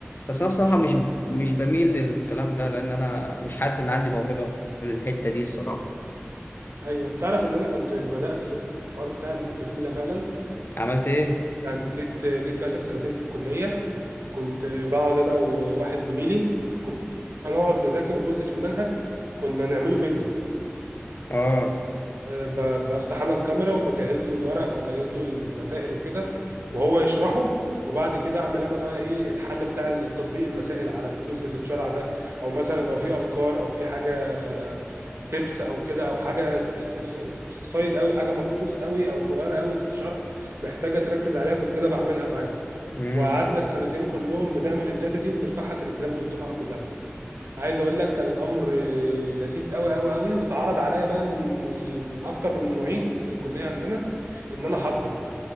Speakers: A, on the left (about 45°); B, on the right (about 70°).
A: بس
B: امم
A: انا الصراحه
B: ما شاء
A: مش
B: الله
A: مش بميل للكلام ده لان انا مش حاسس
B: مم.
A: ان عندي موهبه في الحته دي الصراحه
B: ايوه تعرف ان انا كنت بدأت في الحوار بتاع الاكاديمي ده فعلا
A: عملت ايه
B: يعني جيت جيت في اخر سنتين في الكلية كنت بقعد انا وواحد زميلي هنقعد نذاكر جزء في المنهج كنا نعمله فيديو
A: اه
B: ب- بفتح انا الكاميرا وبجهز له الورق واجهز له المسائل وكده وهو يشرحه وبعد كده اعمل انا بقى ايه الحل بتاع التطبيق المسائل على الجزء اللي اتشرح ده او مثلا لو في افكار او في حاجه تبس او كده او حاجه سبيسيفايد قوي حاجه مخصوص قوي او صغيره قوي في الشرح محتاجه تركز عليها كنت انا بعملها معاه
A: امم
B: وقعدنا السنتين كلهم بنعمل الداتا دي وبنرفعها تليجرام للدفعه كلها عايز اقول لك كان الامر آه، لذيذ قوي قوي قوي واتعرض عليا بقى من آه، من اكتر من معيد من الكليه عندنا ان انا احضر